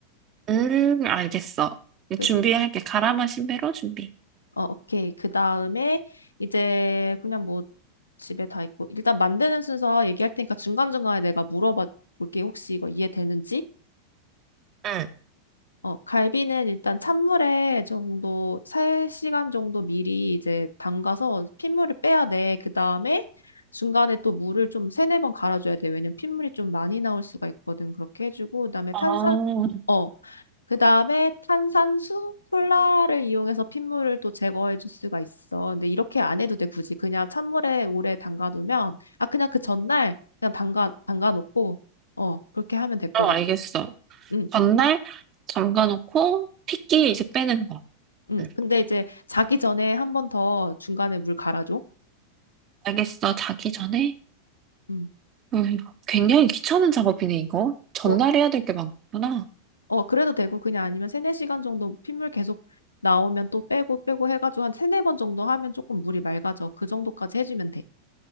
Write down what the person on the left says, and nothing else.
그리,
어, 오케이. 그 다음에, 이제, 그냥 뭐, 집에 다 있고, 일단 만드는 순서 얘기할 테니까 중간중간에 내가 물어봐 볼게. 혹시 이거 이해되는지?
어, 갈비는 일단 찬물에 정도, 3시간 정도 미리 이제 담가서 핏물을 빼야 돼. 그 다음에 중간에 또 물을 좀 세네 번 갈아줘야 돼. 왜냐면 핏물이 좀 많이 나올 수가 있거든. 그렇게 해주고, 그 다음에
탄산, 어, 그 다음에 탄산수, 콜라를 이용해서 핏물을 또 제거해 줄 수가 있어. 근데 이렇게 안 해도 돼, 굳이. 그냥 찬물에 오래 담가두면, 아, 그냥 그 전날 그냥 담가, 담가놓고, 어, 그렇게 하면 될 것
같아.
응.
음,
근데 이제 자기 전에 한 번 더 중간에 물 갈아줘.
음.
어,
어, 그래도 되고 그냥 아니면 세네 시간 정도 핏물 계속 나오면 또 빼고 빼고 해가지고 한 세네 번 정도 하면 조금 물이 맑아져. 그 정도까지 해주면 돼.